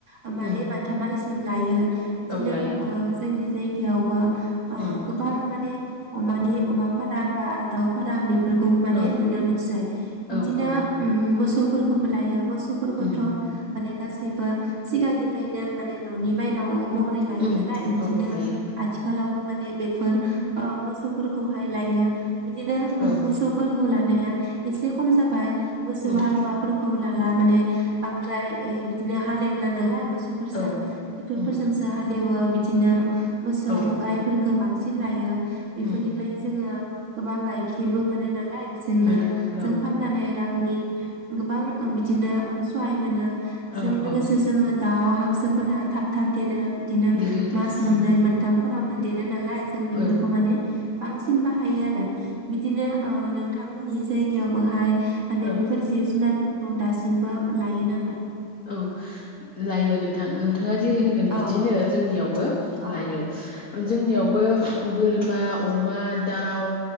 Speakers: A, on the right; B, on the left.
A: ओ माने
B: उम
A: मा बासिम लायो बिदिनो
B: औ लायो
A: ओ जोंनि जायगायावबो
B: उम
A: गोबां माने अमानि-अमा फाराम बा दाउ फाराम फोरखौ माने
B: औ
A: नुनो मोनसै बिदिनो
B: औ औ
A: अम मोसौफोरखौबो लायो मोसौफोरखौथ'
B: उम
A: माने गासैबो सिगांनिफ्रायनो माने न'नि माइनाव महरै लायो
B: उम
A: नालाय बिदिनो
B: औ लायो
A: आथिखालावबो मान बे बेफोर ओ मोसौफोरखौहाय लायो। बिदिनो ओ
B: औ
A: मोसौफोरखौ लानाया एसे खम जाबाय मोसौ
B: उम
A: हालुवाफोरखौ लाला माने बांद्राय ऐ बिदिनो हालेवला नालाय मोसौ फोरजों
B: औ
A: टेक्टरफोरजोंसो
B: उम
A: हालेवो । ओ बिदिनो मोसौ
B: औ
A: गायफोरफोरखौ बांसिन लायो बेफोरनिफ्राय
B: उम
A: जोङो गोबां गाइखेरबो मोनो । नालाय बेजोंनो
B: मोनो
A: जों
B: औ
A: फान्नानै रांनि गोबां ओ बिदिनो सहाय मोनो । जों
B: औ
A: लोगोसे
B: औ
A: जोङो दाउ हां सोफोरा थाब थाब देरो । बिदिनो
B: देरो देरो
A: मास मोन्नै
B: उम
A: मोनथामफोरावनो दे नालाय जों बेफोरखौ
B: औ
A: माने बांसिन बाहायो आरो बिदिनो ओ नोंथांमोननि जाय थेवबोहाय
B: औ
A: माने बेफोर जिब जुनारफोर अ दासिमबो लायो नामा?
B: औ लायो नोंथां नोंथाङा जेरै होनदों
A: औ
B: बिदिनो जोंनियावबो।
A: औ
B: लायो ओ जोंनियावबो बोरमा अमा, दाउ,